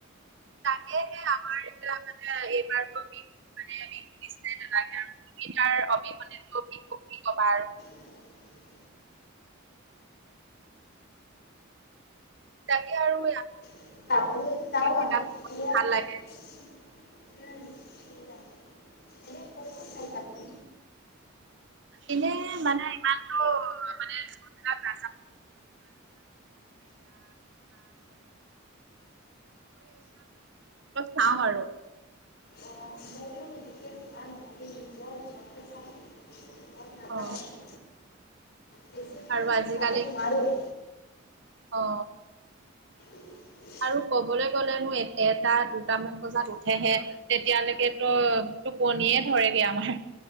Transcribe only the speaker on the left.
<unintelligible>
<unintelligible>
উম সেয়াই এনেই ক'ত ক'ত চাইছা তুমি
অ ময়ো এনেকে যোৱা নহয় নিজৰ ওচৰতে চাওঁ দূৰত নাযাওঁ
আৰু বেছি দিনত
চাব নোৱাৰোৱেই
<unintelligible>